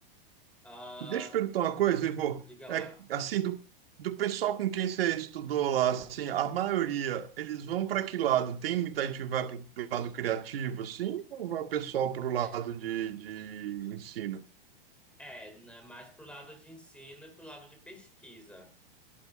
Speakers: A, in the centre; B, on the right.
A: Ah,
B: Deixa eu perguntar uma coisa, Ivo.
A: diga lá.
B: É, assim, do, do pessoal com quem você estudou lá, assim, a maioria, eles vão para que lado? Tem muita gente que vai para o lado criativo, assim, ou vai o pessoal para o lado
A: É,
B: de, de ensino?
A: é, né, mais pro lado de ensino e pro lado de pesquisa.